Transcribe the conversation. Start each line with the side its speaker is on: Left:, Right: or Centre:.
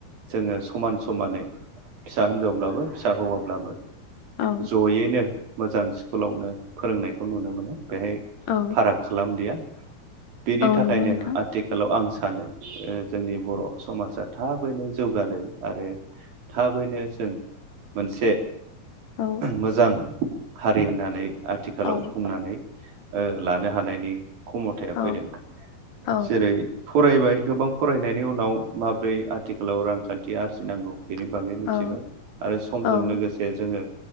Right: जोङो समान समानै फिसा हिनजावब्लाबो फिसा हौवाब्लाबो
Left: औ
Right: जयैनो मोजां स्कुलावनो फोरोंनायखौ नुनो मोनो बेहाय
Left: औ
Right: फाराग खालामदिया बेनि
Left: औ
Right: थाखायनो
Left: नंगौ नोंथां
Right: आथिखालाव आं सानो जोंनि बर' समाज थाबैनो जौगानो आरो थाबैनो जों मोनसे
Left: औ
Right: मोजां हारि होननानै आथिखालाव
Left: औ
Right: बुंनानै लानो हानायनि खमथाया
Left: औ
Right: फैदों
Left: औ
Right: जेरै फरायबाय गोबां फरायनायनि उनाव माबोरै आथिखालाव रांखान्थि आरजिनांगौ बुहुत बेनि बागै मिथिबाय
Left: औ
Right: आरो समजों
Left: औ
Right: लोगोसे जोङो